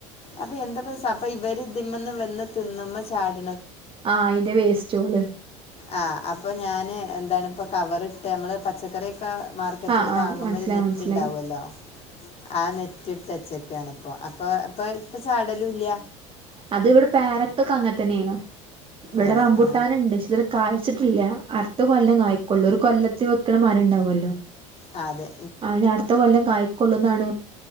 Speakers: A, on the left; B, on the right.
A: അപ്പൊ എന്താപ്പ ഇവര്തിന്ന് വന്ന് തിന്നുമ്മ ചാടി
B: ആ അതിന്റെ വേസ്റ്റോള്
A: ആഹ് അപ്പൊ ഞാന് എന്താണ് ഇപ്പ കവർട്ട് നമ്മള് പച്ചക്കറി മാർക്കറ്റന്ന്
B: ആഹ് ആഹ്
A: വാങ്ങുമ്പോ
B: മനസ്സിലായി
A: ഒരു നെറ്റ്
B: മനസ്സിലായി
A: ഉണ്ടാവുമല്ലോ ആ നെറ്റ് ജറ്റിട്ടച്ചൊക്കാണ് ഇപ്പൊ അപ്പൊ അപ്പൊ ഇപ്പ ചാടലും ഇല്ല
B: അത് ഇവിടെ പാരത്തൊക്കെ അങ്ങനെ തന്നെയാണ് ഇവിടെ
A: ആ
B: റമ്പൂട്ടാനണ്ട്
A: ആ
B: ക്ഷ ഇതവരെ കായ്ച ഇല്ല അടുത്ത കൊല്ലം കായക്കൊള്ളൂ ഒരു കൊല്ലത്തിൽ വെക്കണ മരം ഉണ്ടാവുമല്ലോ
A: ആ അതെ
B: അന് അടുത്ത കൊല്ലം കായ്ക്കൊള്ളും അതാണ്